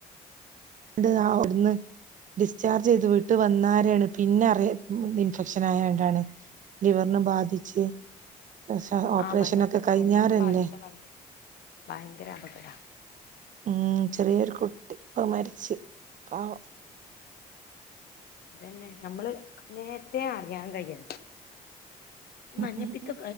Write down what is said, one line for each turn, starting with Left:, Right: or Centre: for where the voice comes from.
Right: <unintelligible> ഡിസ്ചാർജ് ചെയ്ത് വീട്ടിൽ വന്നാരാണ് പിന്നെ അറിയ ഇൻഫെക്ഷൻ ആയണ്ടാണ് ലിവറിനു ബാധിച്ച് പക്ഷേ ഓപ്പറേഷനൊക്കെ
Left: ആഹ് മഞ്ഞപ്പിത്തം
Right: കഴിഞ്ഞാരല്ലേ
Left: കരളിനെ ബാധിച്ചാ ഭയങ്കര ഭയങ്കര അപകടം
Right: ഉം ചെറിയൊരു കുട്ടി ഇപ്പൊ മരിച്ച് പാവം
Left: ഇതന്നെ നമ്മള് നേരത്തെ അറിയാൻ കഴിയ മഞ്ഞപ്പിത്ത
Right: ഉം ഉം ഉം